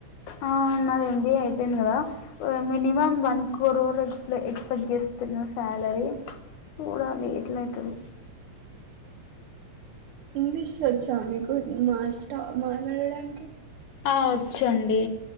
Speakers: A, on the left (about 80°); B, on the right (about 70°).
A: ఆ నాది ఎంబీఏ అయిపోయింది కదా మినిమం వన్ క్రోర్ ఎక్స్ ఎక్స్పెక్ట్ చేస్తున్నా శాలరీ చూడాలి ఎట్లా అయితదో
B: ఇంగ్లీష్ వచ్చా మీకు మాట్ మాట్లాడడానికి
A: ఆ వచ్చండి